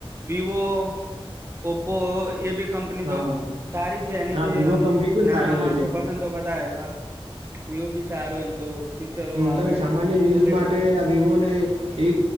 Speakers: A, on the right; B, on the right.
A: વિવો, ઓપો એ ભી કંપની
B: હા
A: તો
B: હા.
A: સારી જ છે, એની
B: હા
A: બી
B: વિવો કંપની પણ
A: નાના
B: સારી
A: માણસો
B: હોય છે.
A: પર પ તો કરતા આવ હું બી સારું એમ તો ફીચરો
B: હમ
A: આવે
B: તમે સામાન્ય યુઝ
A: વગેરે
B: માટે
A: બધું
B: આ વિવો ને એ